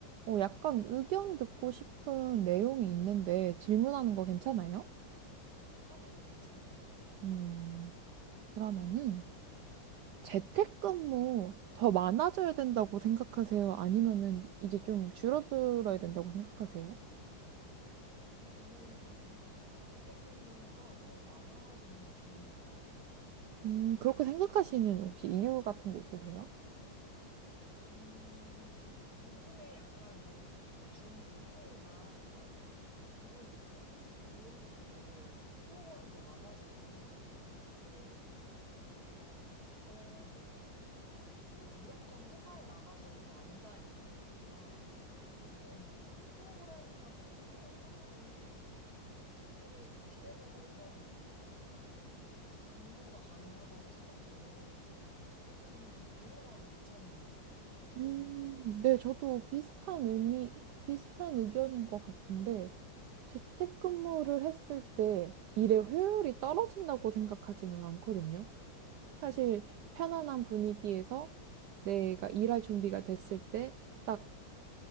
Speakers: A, on the right (about 70°); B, on the right (about 50°).
A: 어, 약간 의견 듣고 싶은 내용이 있는데 질문하는 거 괜찮아요?
B: 아, 네네, 괜찮아요.
A: 음, 그러면은 재택근무 더 많아져야 된다고 생각하세요? 아니면은 이제 좀 줄어들어야 된다고 생각하세요?
B: 저는 재택근무가 더 많아지는 게 좋은 것 같아요.
A: 음, 그렇게 생각하시는 혹시 이유 같은 게 있으세요?
B: 음, 요즘에 약간 이런 뭐줌 미팅이나 뭐 구글 미팅? 이런 것도 되게 프로그램도 많아지고 또, 어, 뭐 무작정 회사에 나가서 또 앉아 있는 것보다 그런 이런 프로그램만 저는 활용하면은 그 재택에 집에서도 얼마든지 근무가 가능하다고 생각해서 저는 재택근무가 더 늘어나도 괜찮은 것 같아요. 어떻게
A: 음,
B: 생각하세요?
A: 네, 저도 비슷한 의미, 비슷한 의견인 것 같은데 재택근무를 했을 때 일의 효율이 떨어진다고 생각하지는 않거든요. 사실
B: 아,
A: 편안한
B: 네네.
A: 분위기에서 내가 일할 준비가 됐을 때 딱